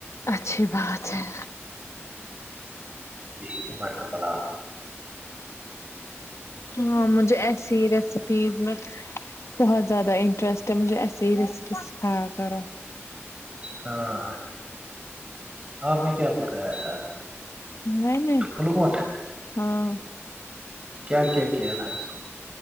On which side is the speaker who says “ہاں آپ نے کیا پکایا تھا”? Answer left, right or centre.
Right